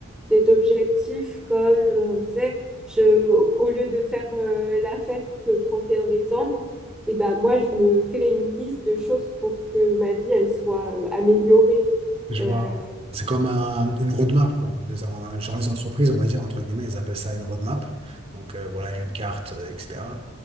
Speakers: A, in the centre; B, on the right.
A: des objectifs comme, euh, tu sais, je, au lieu de faire euh, la fête le 31 décembre, et ben moi, je me fais une liste de choses pour que ma vie, elle soit euh, améliorée.
B: Je
A: Euh,
B: vois. C'est comme un- une roadmap, quoi. Les en- genre les entreprises, on va dire, entre guillemets, elles appellent ça une roadmap. Donc, euh, voilà, une carte, euh, etc.